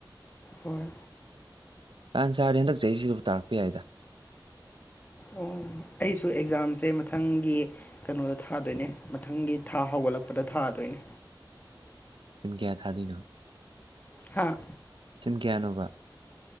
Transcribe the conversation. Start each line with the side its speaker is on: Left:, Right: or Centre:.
Left: ꯍꯣꯏ
Right: ꯇꯟ ꯆꯔꯗꯤ ꯍꯟꯗꯛ ꯆꯍꯤꯖꯤꯗꯕꯨ ꯇꯥꯔꯛꯄ ꯌꯥꯏꯗ
Left: ꯑꯣ ꯑꯩꯁꯨ ꯑꯦꯛꯖꯥꯝꯁꯦ ꯃꯊꯪꯒꯤ ꯀꯩꯅꯣꯗ ꯊꯗꯣꯏꯅꯦ ꯃꯊꯪꯒꯤ ꯊꯥ ꯍꯧꯒꯠꯂꯛꯄꯗ ꯊꯗꯣꯏꯅꯦ
Right: ꯁꯤꯝ ꯀꯌꯥ ꯊꯗꯣꯏꯅꯣ
Left: ꯍꯥꯥ
Right: ꯁꯤꯝ ꯀ꯭ꯌꯥꯅꯣꯕ